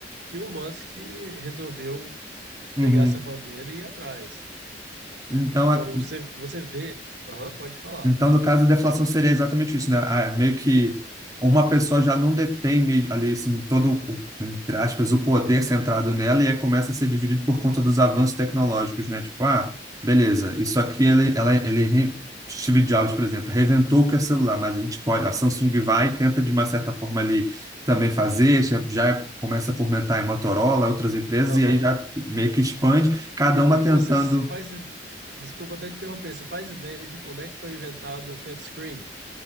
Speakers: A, on the right; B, on the right.
A: que o Musk resolveu
B: uhum.
A: pegar essa bandeira e ir atrás.
B: Então,
A: Então,
B: é-
A: você, você vê. Aham, pode falar.
B: Então, no caso da deflação, seria exatamente isso, né? Ah, é meio que uma pessoa já não detém meio- ali, assim, todo, o- entre aspas, o poder centrado nela e aí começa a ser dividido por conta dos avanços tecnológicos, né? Tipo, ah, beleza, isso aqui, ele, ela, ele, re- Steve Jobs, por exemplo, reventou o que é celular, mas a gente pode, a Samsung vai e tenta de uma certa forma ali também fazer, já, já começa a fomentar em Motorola, outras empresas,
A: Aham.
B: e aí já meio que expande, cada
A: E,
B: uma
A: e
B: tentando.
A: você faz. Desculpa até te interromper. Você faz ideia de quando é que foi inventado o touchscreen?